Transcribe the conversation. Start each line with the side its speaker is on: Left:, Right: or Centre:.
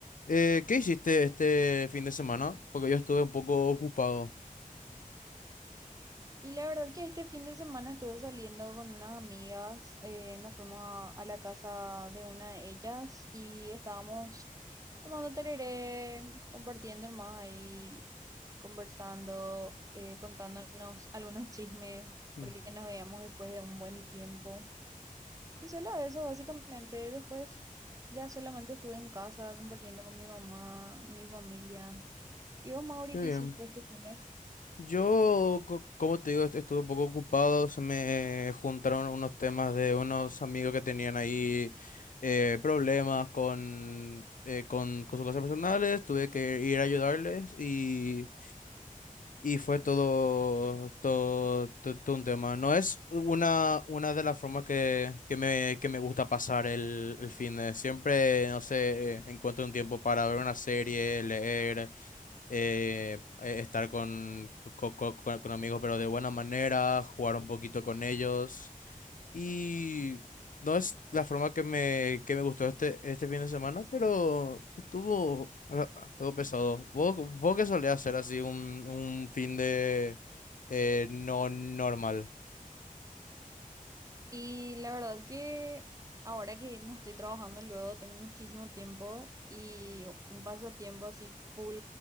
Left: Eh, ¿qué hiciste este fin de semana? Porque yo estuve un poco ocupado.
Right: Y la verdad que este fin de semana estuve saliendo con unas amigas, eh, nos fuimos a, a la casa de una de ellas y estábamos tomando tereré, compartiendo más ahí, conversando, eh, contándonos algunos chismes,
Left: Mm,
Right: porque nos veíamos después de un buen tiempo. Y solo eso, básicamente, después ya solamente estuve en casa compartiendo con mi mamá y mi familia. ¿Y vos, Mauri,
Left: Qué
Right: qué
Left: bien.
Right: hiciste este fin de?
Left: Yo, co- como te digo, est- estuve un poco ocupado. Se me juntaron unos temas de unos amigos que tenían ahí eh, problemas con, eh, con, con sus cosas personales. Tuve que ir a ayudarles y Y fue todo, todo, to- todo un tema. No es una, una de las formas que, que me, que me gusta pasar el, el fin de. Siempre, no sé, eh, encuentro un tiempo para ver una serie, leer, eh, eh, estar con, co- co- co- con amigos, pero de buena manera, jugar un poquito con ellos. Y no es la forma que me, que me gustó este, este fin de semana, pero estuvo al- algo pesado. ¿Vos, vos qué solés hacer así un, un fin de eh, no normal?
Right: Y la verdad que ahora que no estoy trabajando luego, tengo muchísimo tiempo y un pasatiempo así full